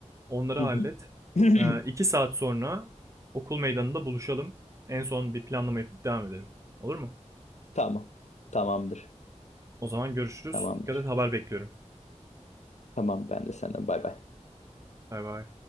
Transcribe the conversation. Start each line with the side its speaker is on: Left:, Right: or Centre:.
Right: Onları hallet.
Left: Hı hı. <clears throat>
Right: Ee, iki saat sonra Okul meydanında buluşalım. En son bir planlama yapıp devam edelim. Olur mu?
Left: Tamam. Tamamdır.
Right: O zaman görüşürüz.
Left: Tamamdır.
Right: Dikkat et haber bekliyorum.
Left: Tamam ben de senden bay bay.
Right: Bay bay.